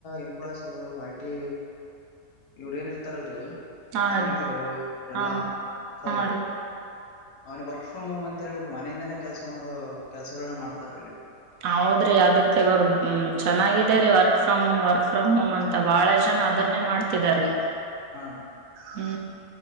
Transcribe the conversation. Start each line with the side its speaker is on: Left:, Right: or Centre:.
Left: ಎಂಪ್ಲಾಯ್ಸ್ ಈ ಐಟಿ ಇವರ ಏನ್ ಇರ್ತಾರಲ್ರಿ
Right: ಹಾ
Left: ಕಾರ್ಮಿಕರು
Right: ರೀ
Left: ಅವರೆಲ್ಲಾ
Right: ಹಾ
Left: ಸ್ವಾರಿ
Right: ಹಾ ರೀ
Left: ಅವನ ವರ್ಕ್ ಫ್ರಮ್ ಹೋಮ್ ಅಂತ ಹೇಳ್ಬಿಟ್ಟು ಮನೆಯಿಂದನೇ ಕೆಲ್ಸ ಮಾಡೋ ಕೆಲ್ಸಗಳನ ಮಾಡ್ತಾರ ಇಲ್ಲಿ
Right: ಹೌದ್ರಿ ಅದಕ್ ಇವಾಗ ಚೆನ್ನಾಗಿದ ರೀ work from home work from home ಅಂತ ಬಾಳ ಜನ ಅದನ್ನೇ ಮಾಡ್ತಿದಾರಿ
Left: ಹಾ ರೀ
Right: ಹೂ